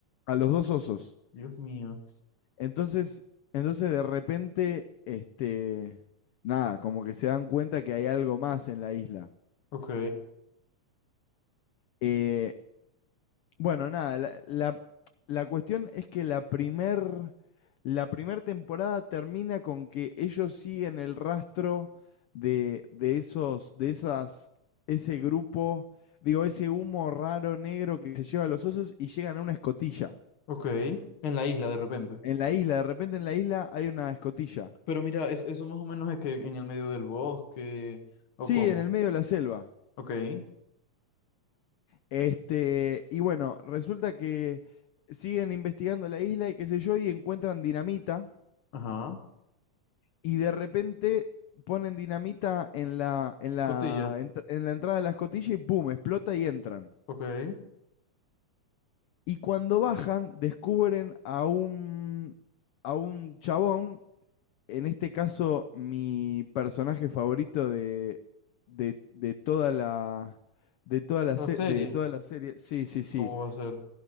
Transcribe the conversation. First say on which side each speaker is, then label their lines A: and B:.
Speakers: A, on the left; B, on the left.
A: A los dos osos.
B: Dios mío.
A: Entonces, entonces de repente, este, nada, como que se dan cuenta que hay algo más en la isla.
B: Ok.
A: Eh, Bueno, nada, la, la- la cuestión es que la primer, la primer temporada termina con que ellos siguen el rastro de, de esos, de esas, ese grupo, digo, ese humo raro negro que se lleva a los osos y llegan a una escotilla.
B: Ok. En la isla de repente.
A: En la isla, de repente en la isla hay una escotilla.
B: Pero mira, es, eso más o menos es que en el medio del bosque. ¿O
A: Sí,
B: cómo?
A: en el medio de la selva.
B: Ok.
A: Este, y bueno, resulta que siguen investigando la isla y qué sé yo, y encuentran dinamita
B: Ajá.
A: y de repente ponen dinamita en la, en la,
B: Escotilla.
A: entr- en la entrada de la escotilla y ¡pum! explota y entran.
B: Ok.
A: Y cuando bajan, descubren a un, a un chabón, en este caso mi personaje favorito de, de, de toda la... De toda, la
B: La
A: se-
B: serie.
A: de toda la serie, sí, sí, sí,
B: ¿Cómo va a ser?